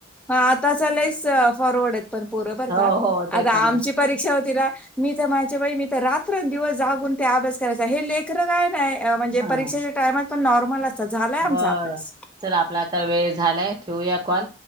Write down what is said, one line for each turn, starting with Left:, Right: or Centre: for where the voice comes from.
Centre: हा आता चलाच फॉरवर्ड आहेत पण बरोबर
Right: हो
Centre: का
Right: हो ते
Centre: आता
Right: पण आहे.
Centre: आमची परीक्षा होती ना मी तर माझ मी तर रात्र दिवस जागून ते अभ्यास करायचा हे ले ं काय नाही म्हणजे
Right: हां
Centre: परीक्षेच्या टायमात पण नॉर्मल असतात झालाय आमचा
Right: बरं
Centre: अभ्यास
Right: चल आपला आता वेळ झालाय ठेवूया ल